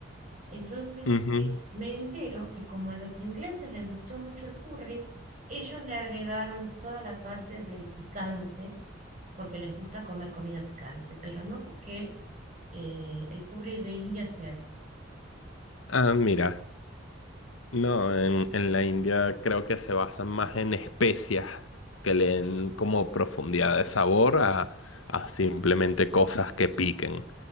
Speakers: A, on the right; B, on the left.
A: Entonces
B: Ujú.
A: eh, me entero que como a los ingleses les gustó mucho el curry, ellos le agregaron toda la parte del picante, porque les gusta comer comida picante, pero no porque eh, el curry de India sea así.
B: Ah, mira. No, en, en la India creo que se basan más en especias que le den como profundidad de sabor a, a simplemente cosas que piquen.